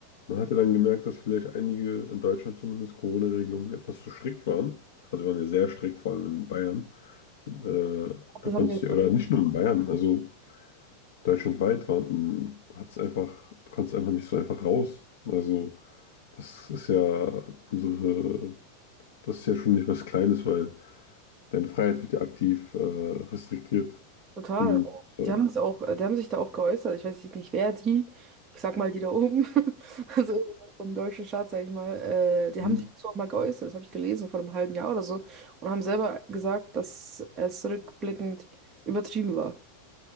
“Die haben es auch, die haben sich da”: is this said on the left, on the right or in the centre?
Right